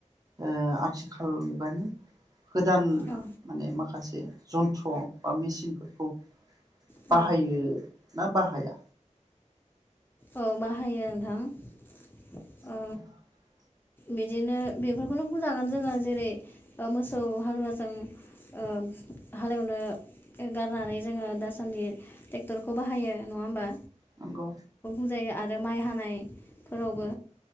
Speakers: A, on the right (about 30°); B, on the left (about 15°).
A: ओ आथिखाल मुगानि गोदान
B: औ
A: माने माखासे जन्थ्र बा मेचिनफोरखौ बाहायो
B: औ
A: ना बाहाया
B: औ बाहायो नोंथां
A: <inaudible>
B: ओ बिदिनो बेफोरखौनो बुंजागोन जोङो जेरै ओ मोसौ हालुवाजों ओ हालेवनो गारनानै जोङो दासान्दि ट्रेक्टरखौ बाहायो नङा होमबा
A: नंगौ
B: जायो आरो माइ हानायफोरावबो